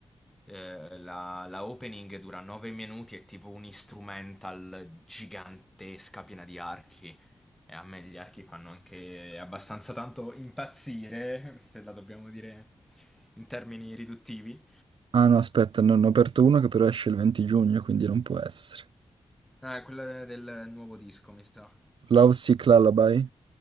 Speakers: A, in the centre; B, on the right.
A: eh, la, la opening dura 9 minuti, è tipo un instrumental gigantesca piena di archi. E a me gli archi fanno anche abbastanza tanto impazzire, se la dobbiamo dire in termini riduttivi.
B: Ah no, aspetta, ne ne ho aperto uno che però esce il 20 giugno, quindi non può essere.
A: Ah, quella del nuovo disco, mi sa.
B: Love Sick Lullaby?